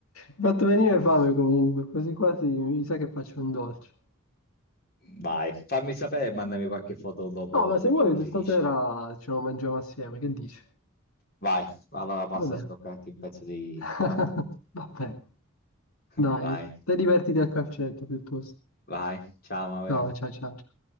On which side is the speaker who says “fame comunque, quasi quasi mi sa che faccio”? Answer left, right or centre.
Left